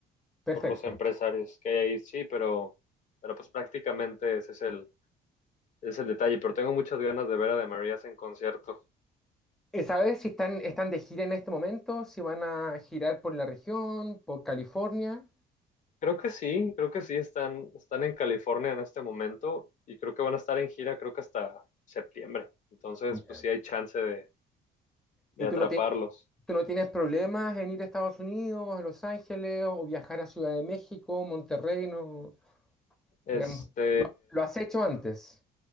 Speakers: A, in the centre; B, on the left (about 50°).
A: Perfecto.
B: por los empresarios que hay ahí, sí, pero, pero pues prácticamente ese es el, ese es el detalle, pero tengo muchas ganas de ver a de Marías en concierto.
A: Eh, ¿Sabes si están, están de gira en este momento? Si van a girar por la región, por California.
B: Creo que sí, creo que sí, están, están en California en este momento y creo que van a estar en gira, creo que hasta septiembre, entonces
A: Mira,
B: pues sí hay chance de, de
A: ¿Y
B: atraparlos.
A: tú no, tie- tú no tienes problemas en ir a Estados Unidos, a Los Ángeles o viajar a Ciudad de México, Monterrey? No,
B: Este,
A: digamos, lo has hecho antes.